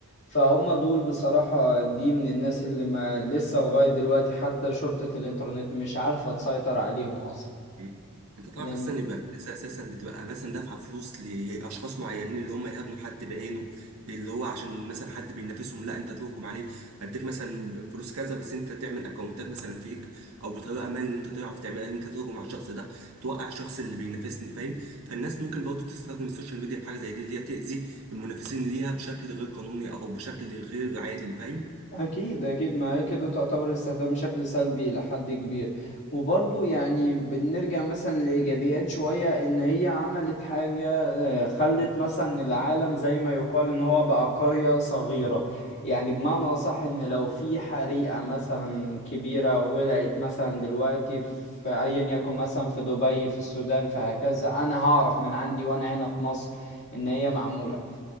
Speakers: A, on the left; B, on the right.
A: فهم دول بصراحة دي من الناس اللي ما لسه لغاية دلوقتي حتى شرطة الانترنت مش عارفة تسيطر عليهم اصلا
B: مم. انت تعرف
A: لان
B: اساسا يبقى في ناس اساسا بتبقى مثلا دافعه فلوس لاشخاص معينين اللي هم يهاجموا حد بعينه اللي هو عشان مثلا حد بينافسهم لا انت تهجم عليه هديك مثلا فلوس كذا بس انت تعمل اكونتات مثلا فيك او بطريقه ما اللي انت تعرف تعملها اللي انت تهجم على الشخص ده توقع الشخص اللي بينافسني فاهم فالناس ممكن برضه تستخدم السوشيال ميديا في حاجه زي دي اللي هي تاذي المنافسين ليها بشكل غير قانوني او بشكل غير عادل فاهم
A: أكيد أكيد ما هي كده تعتبر استخدام بشكل سلبي لحد كبير وبرضو يعني بنرجع مثلا لإيجابيات شوية إن هي عملت حاجة آه، خلت مثلا العالم زي ما يقال إن هو بقى قرية صغيرة يعني بمعنى أصح إن لو في حريقة مثلا كبيرة ولعت مثلا دلوقتي في أيا يكن مثلا في دبي في السودان فهكذا أنا هعرف من عندي وأنا هنا في مصر إن هي معمولة